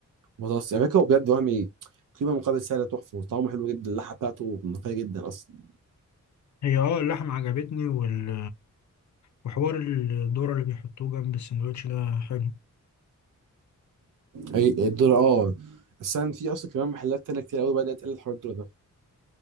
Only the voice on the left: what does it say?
هي اه اللحمه عجبتني وال... وحوار الذره اللي بيحطوه جنب السندوتش ده حلو